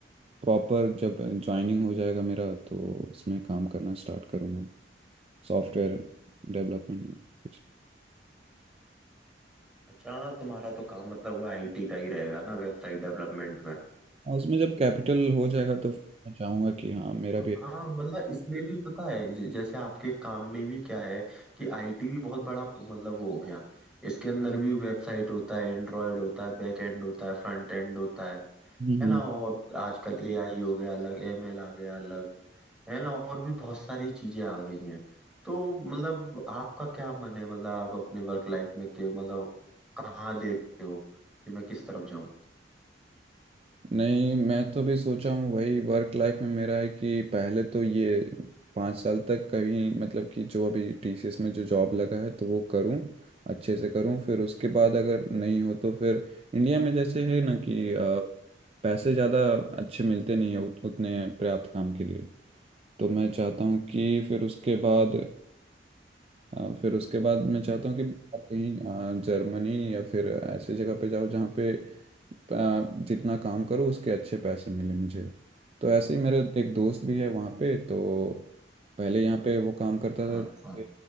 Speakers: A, on the right; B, in the centre.
A: प्रॉपर जब ज्वाइनिंग हो जाएगा मेरा तो उसमें काम करना स्टार्ट करूँगा सॉफ्टवेयर डेवलपमेंट में कुछ
B: अच्छा हाँ तुम्हारा तो काम मतलब वो आईटी का ही रहेगा ना वेबसाइट डेवलपमेंट में
A: और उसमें जब कैपिटल हो जाएगा तो फिर मैं चाहूँगा कि हाँ मेरा
B: हाँ
A: भी
B: मतलब इसमें भी पता है ज- जैसे आपके काम में भी क्या है कि आईटी भी बहुत बड़ा मतलब वो हो गया इसके अंदर भी वेबसाइट होता है एंड्रॉयड होता है बैक एंड होता है फ्रंट एंड होता है
A: हम्म
B: है ना और आजकल एआई हो गया अलग एमएल आ गया अलग है ना और भी बहुत सारी चीजें आ गई हैं तो मतलब आपका क्या मन है मतलब आप अपने वर्क लाइफ में के मतलब कहाँ देखते हो कि मैं किस तरफ जाऊँ
A: नहीं मैं तो भी सोचा हूँ वही वर्क लाइफ में मेरा है कि पहले तो ये पाँच साल तक कहीं मतलब कि जो अभी टीसीएस में जो जॉब लगा है तो वो करूँ अच्छे से करूँ फिर उसके बाद अगर नहीं हो तो फिर इंडिया में जैसे है ना कि अ, पैसे ज़्यादा अच्छे मिलते नहीं है उत, उतने पर्याप्त काम के लिए तो मैं चाहता हूँ कि फिर उसके बाद अ, फिर उसके बाद मैं चाहता हूँ कि बाहर कहीं अ, जर्मनी या फिर ऐसे जगह पे जाओ जहाँ पे अ, जितना काम करो उसके अच्छे पैसे मिले मुझे तो ऐसे ही मेरा एक दोस्त भी है वहाँ पे तो पहले यहाँ पे वो काम करता
B: अच्छा
A: था